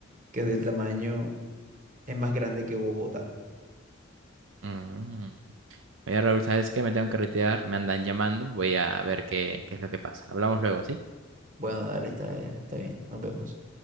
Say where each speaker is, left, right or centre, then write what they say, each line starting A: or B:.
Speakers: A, on the right (about 40°); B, on the right (about 70°).
A: que es del tamaño, es más grande que Bogotá.
B: mm. Oye, Raúl, ¿sabes qué? Me tengo que retirar, me andan llamando, voy a ver qué, qué es lo que pasa. Hablamos luego, ¿sí?
A: Bueno, dale, está, está bien, nos vemos.